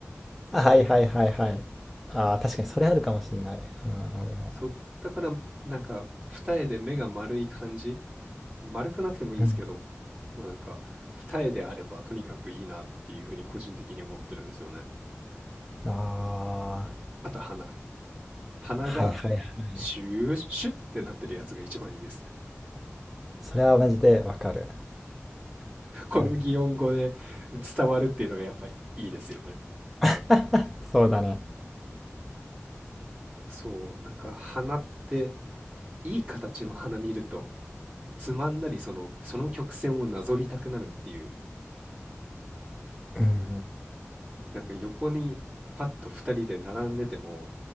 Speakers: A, in the centre; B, on the right.
A: あ、はいはいはいはい。ああ、確かにそれあるかもしんない。うん、俺も。
B: そう、だから、なんか二重で目が丸い感じ、丸くなくてもいいですけど、
A: うん。
B: ま、なんか二重であればとにかくいいなっていう風に個人的に思ってるんですよね。
A: あ
B: あと鼻。鼻が
A: あ、はいはいはい。
B: シューシュッってなってるやつが一番いいです。
A: それはマジでわかる。
B: <laughs> この擬音語で
A: うん
B: 伝わるっていうのがやっぱりいいですよね。
A: <laughs> そうだね。
B: そう、なんか鼻っていい形の花見るとつまんだりその、その曲線をなぞりたくなるっていう、
A: うん。
B: なんか横にパッと2人で並んでても、